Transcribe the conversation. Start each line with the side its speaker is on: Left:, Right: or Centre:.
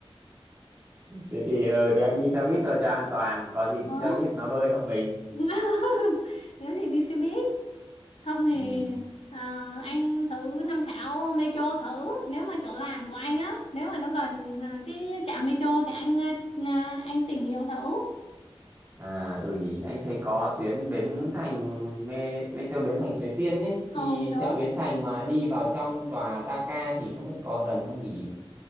Right: thế thì ừ thì anh đi xe buýt thôi cho an toàn có gì thì
Left: ừ.
Right: xe buýt nó bơi hộ mình
Left: <laughs> nếu gì đi xe buýt không thì
Right: ừ
Left: ờ, anh thử tham khảo metro thử nếu mà chỗ làm của anh á nếu mà nó gần à, cái trạm metro thì anh ờ, à, anh tìm hiểu thử
Right: à ừ nhỉ anh thấy có tuyến Bến Thành mê metro Bến Thành Suối Tiên ấy thì
Left: ồ đúng
Right: chợ Bến Thành mà đi vào trong tòa Ta Ca thì không biết có gần không nhỉ